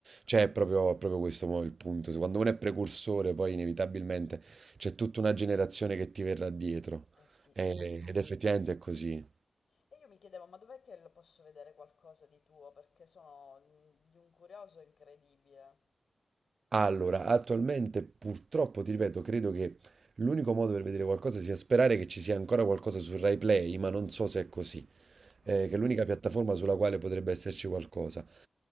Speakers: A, on the right; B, on the left.
A: Cioè, è proprio, è proprio questo mo il punto. Se Quando uno è precursore, poi inevitabilmente c'è tutta una generazione che ti verrà dietro.
B: Eh sì,
A: E-
B: eh sì.
A: ed effettivamente è così.
B: E io mi chiedevo, ma dov'è che lo posso vedere qualcosa di tuo? Perché sono mm, di un curioso incredibile.
A: Allora, attualmente purtroppo, ti ripeto, credo che l'unico modo per vedere qualcosa sia sperare che ci sia ancora qualcosa su RaiPlay, ma non so se è così.
B: Ok,
A: eh, che è l'unica piattaforma sulla quale potrebbe esserci qualcosa.